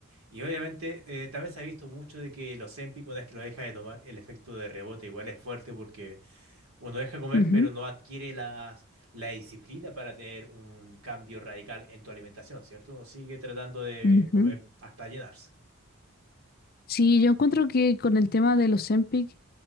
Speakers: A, on the right; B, on the left.
A: Y obviamente eh, también se ha visto mucho de que el Ozempic, una vez que lo deja de tomar, el efecto de rebote igual es fuerte porque uno deja de comer,
B: Ujú,
A: pero no adquiere las, la disciplina para tener un cambio radical en tu alimentación, ¿cierto? Uno sigue tratando de
B: ujú.
A: comer Ujú, hasta llenarse.
B: Sí, yo encuentro que con el tema de los Ozempic,